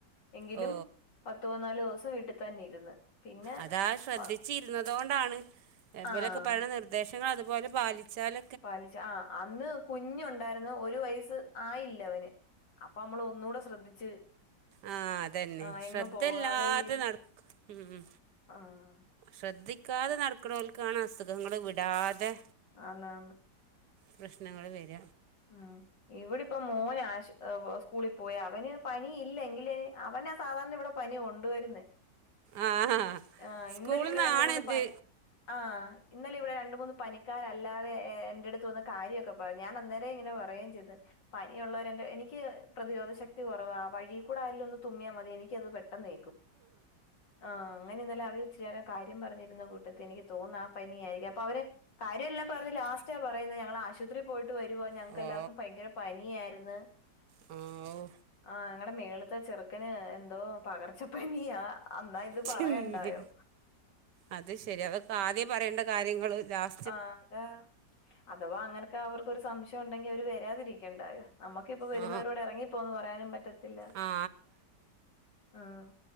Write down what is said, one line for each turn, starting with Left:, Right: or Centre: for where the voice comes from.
Left: എങ്കിലും
Right: ഓ
Left: പത്ത പതിന്നാലു ദിവസം വീട്ടിൽ തന്നെ ഇരുന്ന് പിന്നെ
Right: അതാ ശ്രദ്ധിച്ചിരുന്നത്
Left: വ
Right: കൊണ്ടാണ് ഇബലൊക്കെ
Left: ആഹ്
Right: പറയണ നിർ ദേശങ്ങൾ അതുപോലെ പാലിച്ചാൽ
Left: പാലിച്ച ആഹ് അന്ന് കുഞ്ഞുണ്ടായിന്ന് ഒരു വയസ് ആയില്ലവന് അപ്പൊ നമ്മള് ഒന്നൂടെ ശ്രദ്ധിച്ച്
Right: ആഹ് അതന്നെ
Left: ആഹ്
Right: ശ്രദ്ധല്ലാതെ
Left: എങ്ങും പോകാതെ ഇരുന്നു.
Right: നട ഉം
Left: ആഹ്
Right: ശ്രദ്ധിക്കാതെ നടക്കുന്നവൽക്കാണ് അസുഖങ്ങള് വിടാതെ
Left: ആന്ന്‌ ആന്ന്
Right: പ്രശ്നങ്ങള് വര
Left: ഉം ഇവിടെപ്പ മോൻ ആശ സ്കൂളിൽ പോയ അവന് പനിയില്ലെങ്കിൽ അവനാ സാധാരണ ഇവിടെ പനി കൊണ്ടു വരുന്നേ
Right: ആ
Left: ആഹ്
Right: സ്കൂളിൽ
Left: ഇന്നലെ ഇവിടെ
Right: നിന്നാണിത്
Left: രണ്ട് മൂന്ന് പ ആഹ് ഇന്നലെ ഇവിടെ രണ്ട മൂന്ന് പനിക്കാരല്ലാതെ എന്റെ അടുത്ത് വന്ന്‌ കാര്യോക്കെ പറഞ്ഞു ഞാൻ അന്നേരം ഇങ്ങനെ പറയുകയും ചെയ്ത് പനിയ ഉുള്ളവരെന്റെ എനിക്ക് പ്രതിരോധ ശക്തി കുറവ ആ വഴി കൂടെ ആരെലും ഒന്ന് തുമ്മിയാൽ മതി എനിക്ക് അത് പ ട്ടെന്ന് ഏക്കും ആഹ് അങ്ങനെ ഇന്നലെ അവര് ചേരം കാര്യം പറഞ്ഞിരുന്ന കൂട്ടത്ത് എനിക്ക് തോന്നുന്നു ആ പനിയായിരിക്കും അപ്പൊ അവരെ കാര്യ എല്ലാം പറഞ് ലാസ്റ്റാ പറയുന്നത് ഞൾ ആശുപത്രിയി പോയിട്ട് വരുവാ ഞങ്ങൾക്ക്
Right: ഓ
Left: എല്ലർക്കും
Right: ആ
Left: ഭയങ്കര പനിയായിരുന്നു
Right: ഹാവൂ
Left: ആഹ് ഞങ്ങടെ മേള്ത്തെ ചെറുക്കന് എന്തോ പകർച്ചപ്പനിയാ അന്നാ ഇത്
Right: ൻ്റെ
Left: പറയണ്ടായോ
Right: മ്മെ അത് ശരി അതൊക്കെ ആദ്യേ പറേണ്ട കാര്യങ്ങള് ലാസ്
Left: ആഹ് അത അഥവാ അങ്ങനെയൊക്കെ അവർക്കൊരു സംശയം ഉണ്ടെങ്കി അവര് വരാതിരിയ്ക്കണ്ടായൊ നമ്മുക്കിപ്പോ വരുന്നവരോട്
Right: ആ
Left: ഇറങ്ങിപ്പോന്ന് പറയാനും പറ്റത്തില്ല
Right: ആ
Left: ഉം